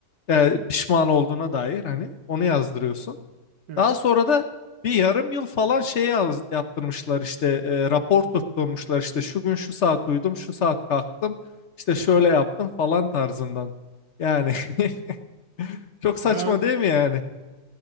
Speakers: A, on the left; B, on the right.
A: e,
B: Hı.
A: pişman olduğuna dair hani onu yazdırıyorsun.
B: Evet.
A: Daha sonra da bir yarım yıl falan şey yaz, yaptırmışlar işte e, rapor tutturmuşlar işte şu gün şu saat uyudum şu saat kalktım işte şöyle yaptım falan tarzından. Yani <laughs> çok saçma
B: Bayağı
A: değil mi yani?